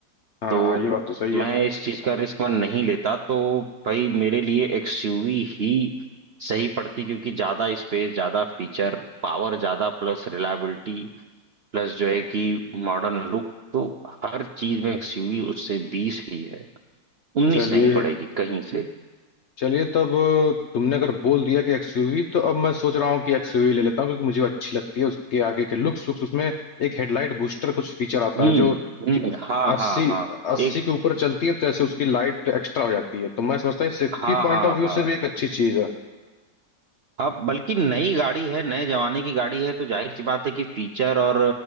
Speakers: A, on the left (about 60°); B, on the right (about 70°).
A: हाँ
B: तो
A: ये बात तो सही
B: मैं
A: है
B: इस चीज का रिस्क मैं नहीं लेता तो भाई मेरे लिए एक्सयूवी ही सही पड़ती क्योंकि ज्यादा स्पेस ज्यादा फीचर पावर ज्यादा प्लस रिलायबिलिटी प्लस जो है कि मॉडर्न लुक तो हर चीज में एक्सयूवी उससे बीस ही है उन्नीस
A: चलिए
B: नहीं पड़ेगी कहीं से
A: चलिए तब तुमने अगर बोल दिया कि एक्सयूवी तो अब मैं सोच रहा हूँ कि एक्सयूवी ले लेता हूँ क्योंकि मुझे वो अच्छी लगती है उसके आगे के लुक्स वुक्स उसमें एक हेडलाइट बूस्टर कुछ फीचर आता
B: हम्म
A: है जो
B: हम्म हाँ
A: अस्सी
B: हाँ हाँ
A: अस्सी
B: एक
A: के ऊपर चलती है तो जैसे उसकी लाइट एक्स्ट्रा हो जाती है तो मैं समझता हूँ सेफ्टी
B: हाँ
A: पॉइंट
B: हाँ
A: ऑफ व्यू
B: हाँ
A: से भी एक अच्छी चीज है
B: अब बल्कि नई गाड़ी है नए जमाने की गाड़ी है तो जाहिर सी बात है कि फीचर और